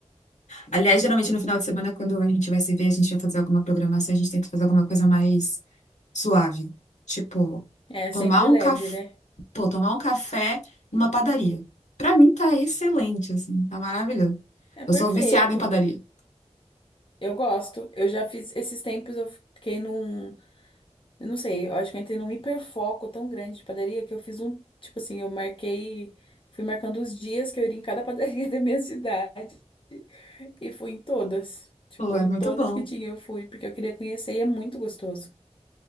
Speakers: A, on the left; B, on the left.
A: Aliás, geralmente no final de semana, quando a gente vai se ver, a gente vai fazer alguma programação, a gente tenta fazer alguma coisa mais suave. Tipo,
B: É
A: tomar
B: sempre
A: um
B: leve,
A: café,
B: né?
A: pô, tomar um café numa padaria. Pra mim tá excelente, assim, tá maravilhoso.
B: É
A: Eu
B: perfeito.
A: sou viciada em padaria.
B: Eu gosto. Eu já fiz esses tempos, eu fiquei num. Eu não sei, eu acho que eu entrei num hiperfoco tão grande de padaria que eu fiz um, tipo assim, eu marquei, fui marcando os dias que eu iria em cada padaria <laughs> da minha cidade e fui em todas. Tipo,
A: Pô, é muito
B: todas
A: bom.
B: que tinha eu fui, porque eu queria conhecer e é muito gostoso.